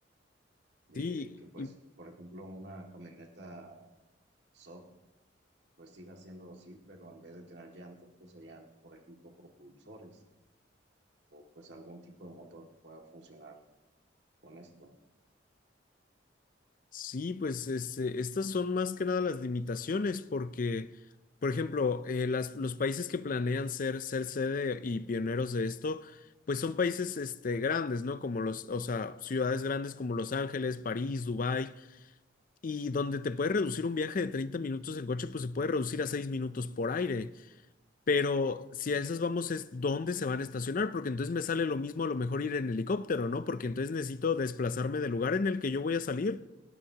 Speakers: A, on the right (about 65°); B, on the left (about 45°).
A: eh,
B: Sí,
A: que pues
B: y,
A: por ejemplo una camioneta SOP pues siga siendo así, pero en vez de tener llantas pues serían por ejemplo propulsores. pues algún tipo de motor que pueda funcionar con esto.
B: sí, pues este, estas son más que nada las limitaciones, porque, por ejemplo, eh, las- los países que planean ser, ser sede y pioneros de esto, pues son países este, grandes, ¿no? Como los, o sea, ciudades grandes como Los Ángeles, París, Dubái. Y donde te puede reducir un viaje de 30 minutos en coche, pues se puede reducir a 6 minutos por aire. Pero si a esas vamos es dónde se van a estacionar, porque entonces me sale lo mismo a lo mejor ir en helicóptero, ¿no? Porque entonces necesito desplazarme del lugar en el que yo voy a salir